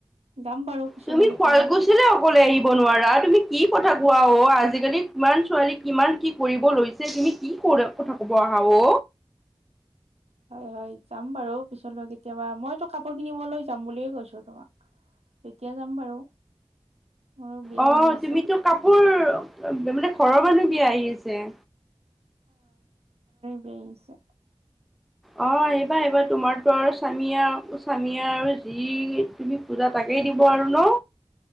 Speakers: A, on the right (about 80°); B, in the centre.
A: যাম বাৰু পিছলৈ
B: তুমি শুৱালকুছে
A: কেতিয়াবা
B: অকলে আহিব নোৱাৰা তুমি কি কথা কোৱা অ আজিকালি কিমান ছোৱালী কিমান কি কৰিব লৈছে তুমি কি ক কথা কব আহা অ
A: হয় হয় যাম বাৰু পিছলৈ কেতিয়াবা মইতো কাপোৰ কিনিবলৈ যাম বুলিয়ে কৈছো তোমাক এতিয়া যাম বাৰু মোৰো বিয়া
B: অ
A: আহি আছে
B: তুমিতো কাপোৰ মানে ঘৰৰ মানুহ বিয়া আহিছে
A: বছে
B: অ আহিবা আহিবা তোমাৰতো আৰু স্বামিয় স্বামিয় আৰু যি তুমি পূজা তাকে এ দিব আৰু ন